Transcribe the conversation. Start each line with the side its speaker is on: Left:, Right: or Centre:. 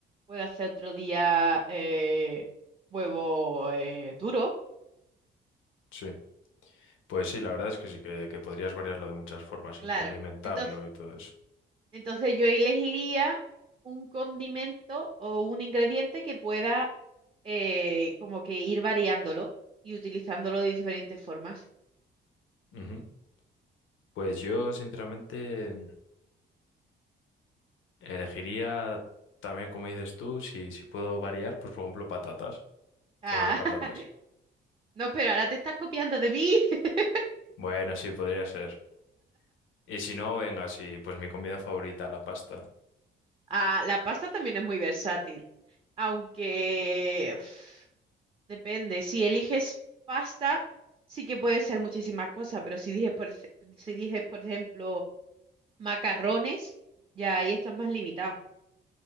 Right: puedo hacer otro día eh, huevo eh, duro.
Left: Sí. Pues sí, la verdad es que sí, que, que podrías variarlo de muchas formas
Right: Claro.
Left: y condimentarlo
Right: Entonces.
Left: y todo eso.
Right: Entonces yo elegiría un condimento o un ingrediente que pueda eh, como que ir variándolo y utilizándolo de diferentes formas.
Left: Ujú. Pues yo, sinceramente, elegiría también, como dices tú, si, si puedo variar, pues por ejemplo, patatas,
Right: Ah,
Left: comer patatas.
Right: <laughs> no, pero ahora te estás copiando de mí. <laughs>
Left: Bueno, sí, podría ser. Y si no, venga, sí, pues mi comida favorita, la pasta.
Right: Ah, la pasta también es muy versátil, aunque uf, depende. Si eliges pasta, sí que puede ser muchísimas cosas, pero si dices, por, ej- si dices, por ejemplo, macarrones, ya ahí estás más limitado.